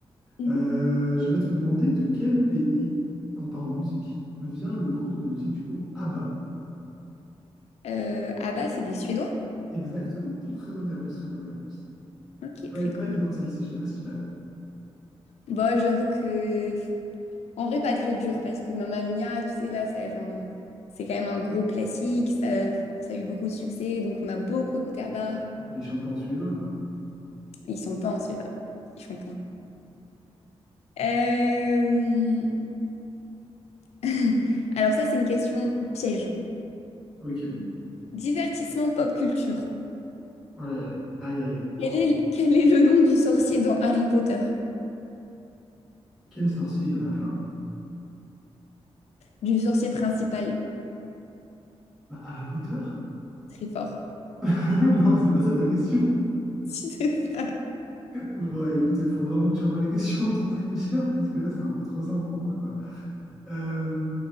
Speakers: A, on the left; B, in the centre.
A: Mhm.
B: Euh, je vais te demander de quel pays, on part en musique, vient le groupe de musique, du coup, ABBA.
A: Euh, ah bah, c'est des Suédois.
B: Exactement. Très bonne réponse, très bonne réponse.
A: Ok,
B: Pas,
A: très
B: pas
A: cool.
B: évidente celle-ci, je sais pas si je l'avais.
A: Bon, j'avoue que... En vrai, pas très dur, parce que Mamma Mia, tu sais, là, ça, enfin, c'est quand même un gros classique, ça, ça a eu beaucoup de succès, donc on a beaucoup écouté à bas.
B: Ouais, Mais ils chantent pas en suédois, quoi.
A: Ils sont pas en Suédois. Ils chantent pas. Euh, <laughs> Alors ça, c'est une question piège.
B: Ok.
A: Divertissement pop culture.
B: Oh là là. Aïe, aïe, aïe.
A: Quel est, le- quel est le nom du sorcier dans Harry Potter?
B: Quel sorcier? Il y en a plein.
A: Du sorcier principal,
B: Bah, Harry Potter?
A: très fort. <laughs>
B: <laughs> Non, c'est pas ça ta question.
A: Si c'est ça.
B: Bon, écoute, il faut vraiment que tu envoies les questions de ton trivia, parce que là, c'est un peu trop simple pour moi, quoi. Euh,